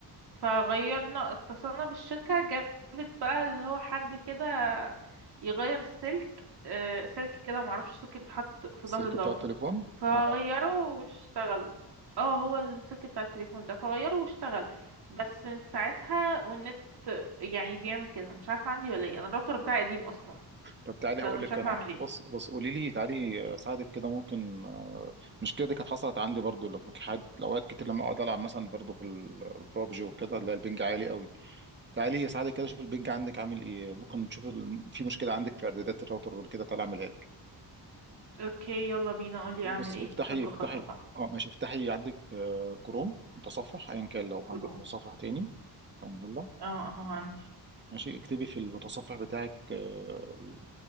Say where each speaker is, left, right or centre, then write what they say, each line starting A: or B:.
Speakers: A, on the right; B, on the right.
A: فغيرنا اتصلنا بالشركة جابت بقى اللي هو حد كده يغير السلك آه، سلك كده معرفش سلك بيتحط في
B: السلك
A: ظهر الراوتر
B: بتاع التليفون
A: فغيره
B: اه
A: واشتغل اه هو السلك بتاع التليفون ده فغيره واشتغل بس من ساعتها والنت يعني بيعمل كده مش عارفة عندي ولا ايه انا الراوتر بتاعي قديم اصلا
B: طب تعالي
A: فانا
B: هقول
A: مش
B: لك
A: عارفة
B: انا
A: اعمل ايه
B: بص بص قولي لي تعالي اساعدك كده ممكن المشكله دي كانت حصلت عندي برضو لما كان حد اوقات كتير لما اقعد العب مثلا برضو في البابجي وكده لا البنج عالي قوي تعالي اساعدك كده شوف البنج عندك عامل ايه ممكن نشوف ال- في مشكله عندك في اعدادات الراوتر ولا كده تعالى اعملها لك
A: اوكي يلا بينا قولي
B: بص
A: اعمل ايه
B: افتحي
A: خطوة
B: افتحي
A: خطوة بقى
B: اه ماشي افتحي عندك آه، كروم متصفح ايا كان لو
A: كروم
B: عندك متصفح تاني يلا
A: اه اهو عندي
B: ماشي اكتبي في المتصفح بتاعك آه، الاي